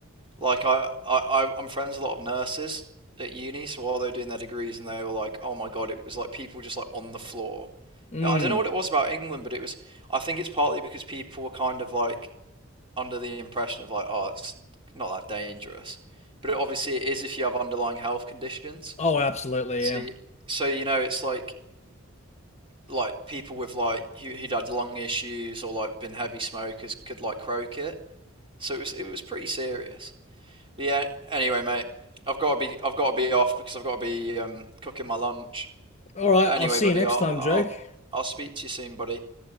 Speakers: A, on the right; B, on the left.
A: Like I, I, I- I'm friends with a lot of nurses at uni, so while they were doing their degrees and they were like, oh my God, it was like people just like on the floor.
B: Mm.
A: I don't know what it was about England, but it was, I think it's partly because people were kind of like under the impression of like, oh, it's not that dangerous, but it, obviously it is if you have underlying health conditions.
B: Oh, absolutely,
A: So,
B: yeah.
A: you, so you know, it's like like people with like who, who'd had lung issues or like been heavy smokers could like croak it. So it was it was pretty serious. But yeah. Anyway, mate, I've got to be I've got to be off because I've got to be um cooking my lunch.
B: All right,
A: But anyway,
B: I'll see
A: buddy,
B: you next
A: I'll
B: time,
A: I'll
B: Jake.
A: I'll speak to you soon, buddy.